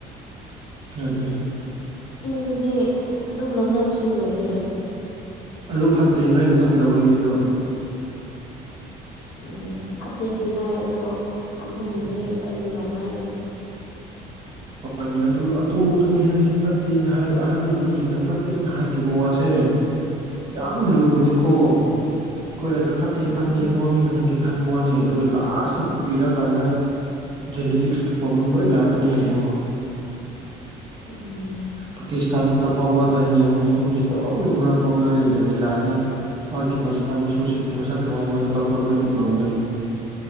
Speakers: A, on the right; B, on the left.
A: ꯌꯥꯗꯤ꯫
B: ꯆꯤꯡꯗꯗꯤ ꯑꯗꯨꯝ ꯂꯧꯅꯕꯁꯨ ꯂꯩꯌꯦ꯫
A: ꯑꯗꯨ ꯐꯠꯇꯦ ꯅꯣꯏꯅ ꯈꯪꯗꯕꯒꯤꯅꯤꯗꯣ꯫
B: ꯎꯝ ꯐꯠꯇꯦꯗꯤ ꯍꯥꯏ ꯑꯗꯣ ꯑꯗꯨꯝ
A: ꯎꯝ
B: ꯃꯤ ꯑꯇꯩꯗꯤ ꯂꯧꯅꯩ꯫
A: ꯍꯣꯏꯅꯦ ꯑꯗꯨ ꯑꯗꯨꯗꯨꯅꯤ ꯍꯥꯏꯁꯦ ꯐꯠꯇꯦꯅ ꯍꯥꯏ ꯑꯍꯜ ꯂꯃꯟꯁꯤꯡꯅ ꯐꯠꯇꯦꯅ ꯍꯥꯏꯈꯤꯕ ꯋꯥꯁꯦ ꯌꯥꯝ
B: ꯎꯝ
A: ꯂꯨꯕꯅꯤꯀꯣ ꯑꯩꯈꯣꯏꯅ ꯐꯠꯇꯦ
B: ꯑꯥ
A: ꯐꯠꯇꯦ ꯃꯃꯤꯡ ꯈꯊꯪꯒꯤ ꯈꯟꯕ ꯋꯥꯠꯅꯤ ꯑꯗꯨ ꯂꯥꯁꯇ ꯇ ꯀꯨꯏꯔꯛꯑꯀꯥꯟꯗ ꯖꯅꯦꯇꯤꯁꯀꯤ ꯄ꯭ꯔꯣꯕ꯭ꯂꯦꯝ ꯂꯣꯏꯅ ꯂꯥꯛꯀꯅꯤ ꯌꯦꯡꯉꯣ
B: ꯎꯝ
A: ꯄꯥꯀꯤꯁꯇꯥꯟ ꯗ ꯐꯥꯎꯕ ꯑꯗꯩ ꯂꯤꯂꯣꯡ ꯃꯨꯁꯂꯤꯝ ꯒꯩꯁꯨ ꯃꯨꯁꯂꯤꯝꯁ ꯄꯛ ꯂꯧꯥꯎ ꯂꯅꯔ ꯃꯍꯥꯛꯀꯤ ꯃꯆꯥ ꯃꯁꯨꯁꯤꯡꯁꯤꯁꯨ ꯃꯁꯛ ꯀꯃꯥꯏ ꯀꯃꯥꯏꯅ ꯊꯣꯛꯂꯛꯄ ꯅꯣꯏ ꯎꯔꯝꯒꯅꯤ꯫